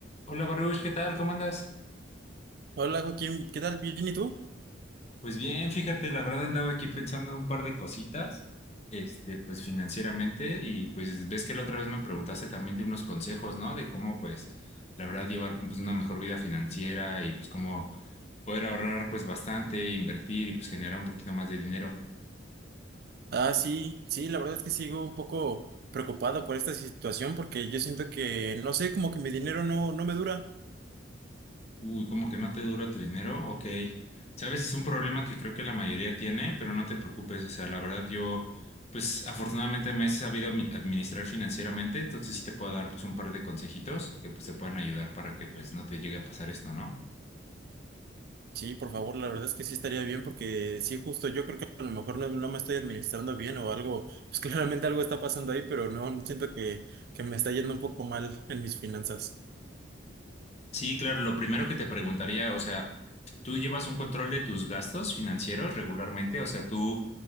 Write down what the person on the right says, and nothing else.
Hola Joaquín, ¿qué tal? ¿Bien y tú?
Ah, sí, sí, la verdad es que sigo un poco preocupado por esta situación porque yo siento que, no sé, como que mi dinero no, no me dura.
Sí, por favor, la verdad es que sí estaría bien porque sí, justo yo creo que a lo mejor no, no me estoy administrando bien o algo, pues <laughs> claramente algo está pasando ahí, pero no siento que, que me está yendo un poco mal en mis finanzas.